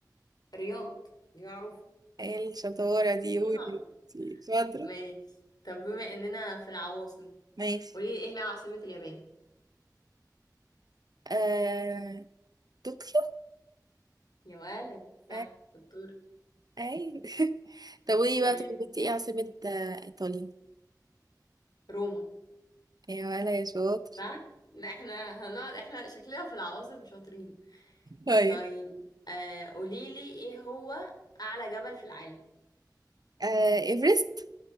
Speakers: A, on the left; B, on the right.
A: رياض دي معروفة
B: إيه الشطارة دي قولي
A: دي معروف
B: شاطرة
A: ماشي طب بما اننا في العواصم
B: ماشي
A: قولي لي ايه هي عاصمة اليابان
B: آه... طوكيو
A: يا ولد صح
B: آه،
A: شطور
B: أي <laughs> طب قولي بقى
A: ماشي
B: طب كنت ايه عاصمة آه، ايطاليا
A: روما
B: يا ولا يا شاطر
A: صح لا احنا هنقعد احنا شكلنا في العواصم شاطرين
B: طيب
A: طيب آه قولي لي ايه هو اعلى جبل في العالم
B: آه ايفرست